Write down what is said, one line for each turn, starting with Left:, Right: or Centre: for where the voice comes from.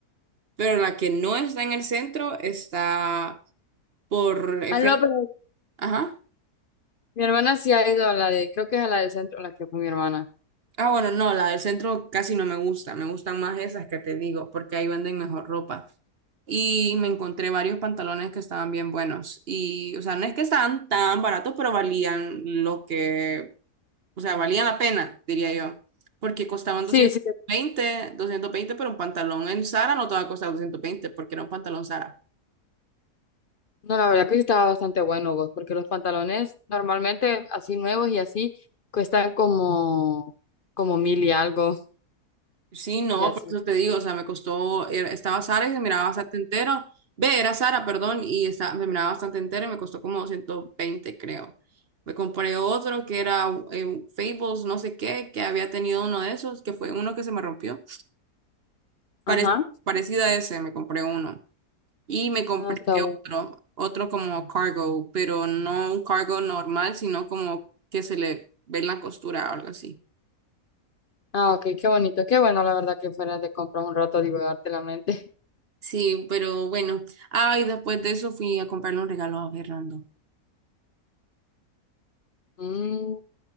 Right: pero la que no está en el centro está por el
Left: Ah,
Right: frente.
Left: no, pero
Right: Ajá.
Left: mi hermana sí ha ido a la de, creo que es a la del centro, la que fue mi hermana.
Right: Ah, bueno, no, la del centro casi no me gusta, me gustan más esas que te digo, porque ahí venden mejor ropa. Y me encontré varios pantalones que estaban bien buenos. Y, o sea, no es que estaban tan baratos, pero valían lo que, o sea, valían la pena, diría yo. Porque costaban
Left: Sí,
Right: doscientos
Left: sí,
Right: veinte, doscientos veinte, pero un pantalón en Zara no te va a costar 220, porque era un pantalón Zara.
Left: No, la verdad que sí estaba bastante bueno vos, porque los pantalones normalmente así nuevos y así cuestan como, como mil y algo
Right: Sí, no,
Left: y así.
Right: por eso te digo, o sea, me costó, era- estaba Sara y se miraba bastante entero, ve, era Sara, perdón, y estaba, me miraba bastante entero y me costó como 120, creo. Me compré otro que era eh, Fables, no sé qué, que había tenido uno de esos, que fue uno que se me rompió. Parec-
Left: Ajá.
Right: parecido a ese, me compré uno. Y me compré
Left: Ah, está bueno.
Right: otro, otro como cargo, pero no un cargo normal, sino como que se le ve la costura o algo así.
Left: Ah, ok, qué bonito. Qué bueno, la verdad que fuera de comprar un rato, divagarte la mente. <laughs>
Right: Sí, pero bueno. Ay, después de eso fui a comprarle un regalo a Fernando.
Left: Mm,